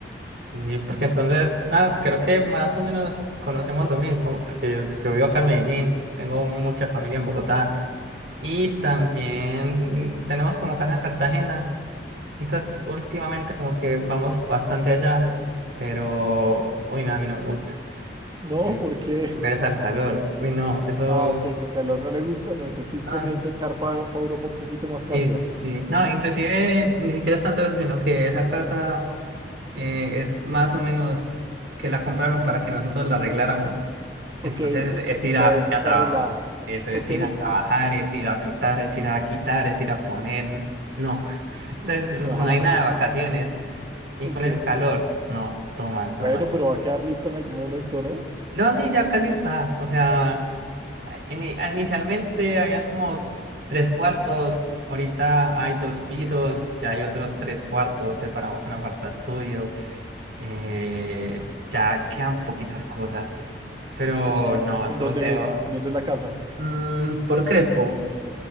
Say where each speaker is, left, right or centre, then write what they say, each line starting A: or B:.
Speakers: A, on the right; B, on the right.
A: Sí, sí, porque entonces, ah, creo que más o menos conocemos lo mismo, porque yo vivo acá en Medellín, tengo mucha familia en Bogotá. Y también tenemos como casa en Cartagena. Entonces, últimamente como que vamos bastante allá, pero hoy nada, a mí no me gusta.
B: No,
A: Qué,
B: porque,
A: qué
B: <laughs>
A: pereza el calor. Uy, no, eso...
B: ah, ok, el calor no le gusta, no, entonces sí
A: No,
B: comienza
A: no.
B: a echar para Europa un poquito más para
A: Sí,
B: arriba.
A: sí, sí. No, inclusive ni siquiera es tanto eso, sino que esa casa eh, es más o menos que la compraron para que nosotros la arregláramos. Entonces
B: Ok, tú-
A: es ir
B: todavía
A: a,
B: no
A: ir
B: está
A: a trabajar.
B: arreglada.
A: Eso es
B: Ok.
A: ir a trabajar, es ir a pintar, es ir a quitar, es ir a poner. No. <laughs> Entonces
B: <laughs>
A: no hay nada de vacaciones.
B: <laughs>
A: Y
B: Ok.
A: con ese calor, no, todo mal,
B: Bueno,
A: todo mal.
B: pero va a quedar lista en algún momento, ¿no?
A: No, sí, ya casi está. O sea, ini- inicialmente habían como tres cuartos. Ahorita hay dos pisos, ya hay otros tres cuartos. Separamos una parte de estudio. eh, ya quedan poquitas cosas. Pero
B: Ok. ¿En
A: no, socio.
B: Ah, dónde claro. es? ¿En dónde es la casa?
A: Mm, por Crespo.